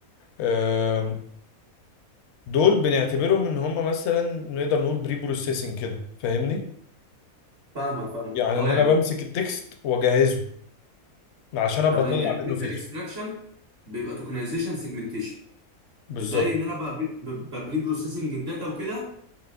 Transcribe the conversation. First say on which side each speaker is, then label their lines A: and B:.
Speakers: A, on the left; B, on the right.
A: آه، دول بنعتبرهم ان هم مثلا نقدر نقول بري بروسيسنج كده فاهمني
B: فاهمك فاهمك
A: يعني
B: اه
A: ان
B: يعني
A: انا بمسك التكست واجهزه عشان ابقى
B: تمام
A: اطلع
B: يعني فيتشر
A: منه فيتشر
B: اكستراكشن بيبقى توكنايزيشن سيجمنتيشن
A: بالظبط
B: زي ان انا بقى ببري بروسيسنج الداتا وكده